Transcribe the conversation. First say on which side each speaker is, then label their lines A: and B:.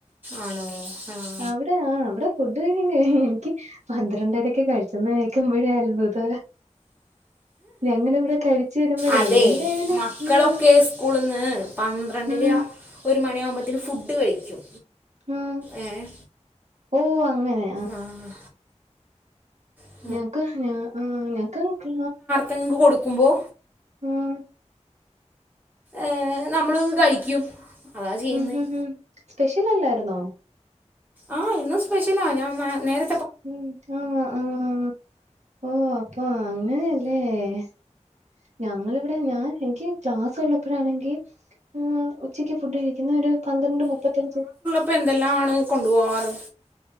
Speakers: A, on the right; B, on the right.
A: ആണോ ആഹ്
B: അവിടെ ആഹ് അവിടെ ഫുഡ് കഴിക്കാൻ കഴിയു എനിക്ക് പന്ത്രണ്ടരൊക്കെ കഴിച്ചന്ന് കേക്കുമ്പോഴേ അത്ഭുത ഞങ്ങളിവിടെ കഴിച്ചു വരുമ്പോഴേ
A: അതെ
B: എന്തായാലും
A: മക്കളൊക്കെ
B: ഉം
A: സ്കൂളിൽന്ന് പന്ത്രണ്ടര
B: ഉം
A: ഒരു മണിയാകുമ്പോഴത്തേക്കും ഫുഡ് കഴിക്കും
B: ആഹ്
A: ഏ ഹ്
B: ഓ അങ്ങനെ
A: ആഹ് ആഹ്
B: ഞക്ക് ആഹ് ഞക്ക്ട്ട
A: തെങ്ങ് കൊടുക്കുമ്പോൾ
B: ആഹ്
A: ഏഹ് നമ്മളത് കഴിക്കും അതാ ചെയ്യുന്നത്
B: ഉം ഉം ഉം സ്പെഷ്യൽ അല്ലായിരുന്നോ
A: ആഹ് ഇന്നും സ്പെഷ്യലാ ഞാൻ നേര
B: ഉം ആഹ് ആഹ് ഓ അപ്പ അങ്ങനെ <unintelligible> ഞങ്ങളിവിടെ ഞാൻ എനിക്ക് ക്ലാസ് ഉള്ളപ്പോഴാണെങ്കിൽ ഉം ഉച്ചയ്ക്ക് ഫുഡ് കഴിക്കുന്ന ഒരു പന്ത്രണ്ട് മുപ്പത്തഞ്ച്
A: അപ്പൊ എന്തെല്ലാമാണ് കൊണ്ടു പോകാറ്